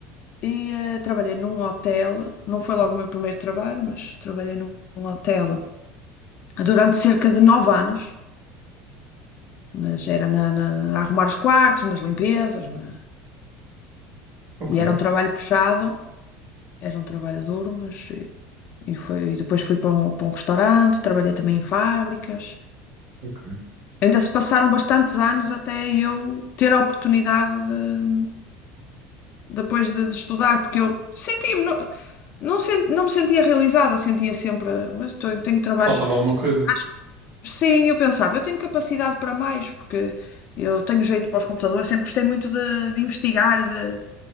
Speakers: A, on the left; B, on the right.
A: e ah, trabalhei num hotel. Não foi logo o meu primeiro trabalho, mas trabalhei num num hotel durante cerca de nove anos. Mas era na, na- a arrumar os quartos, nas limpezas, na-
B: Ok,
A: e era um trabalho puxado, era um trabalho duro, mas eh, e foi, e depois fui para um, para um restaurante, trabalhei também em fábricas.
B: ok.
A: Ainda se passaram bastantes anos até eu ter a oportunidade de, depois de, de estudar, porque eu sentia-me, não, não, sen- não me sentia realizada, sentia sempre, mas tenho, tenho trabalhos.
B: Faltava alguma coisa.
A: Acho que sim, eu pensava, eu tenho capacidade para mais, porque eu tenho jeito para os computadores, sempre gostei muito de, de investigar e de